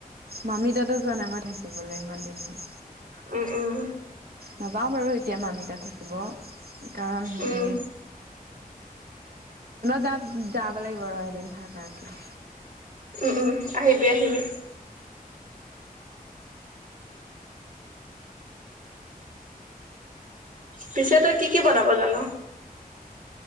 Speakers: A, on the right; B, on the right.
A: মামি তাতো যোৱা নাই মই থাকিবলৈ ইমান দিন। হ'ল
B: উম উম।
A: নাযাওঁ বাৰু এতিয়া মামি তাত থাকিব। কাৰণ হেৰি
B: উম
A: যা যাব লাগিব আৰু। দুদিন থাকাকে।
B: উম উম, আহিবি আহিবি। পিছে তই কি কি বনাব জান?